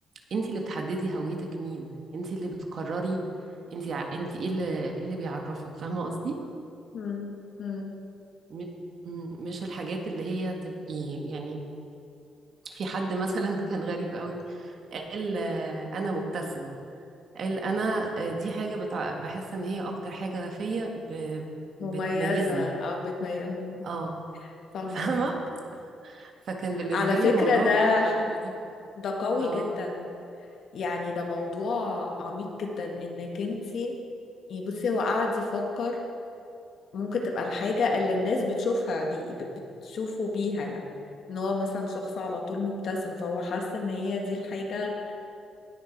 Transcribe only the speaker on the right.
انت اللي بتحددي هويتك مين انت اللي بتقرري انت انت ايه اللي إيه اللي بيعرفك فاهمه قصدي
م- م- مش الحاجات اللي هي تبقي يعني في حد مثلا <laughs> كان غريب قوي قال آه، انا مبتسم قال انا آه، دي حاجه بتع... بحس ان هي اكتر حاجه فيا ب... بتميزني
اه
<laughs>
فاهمه فكان بالنسبه
لي الموضوع
كله
غريب
اه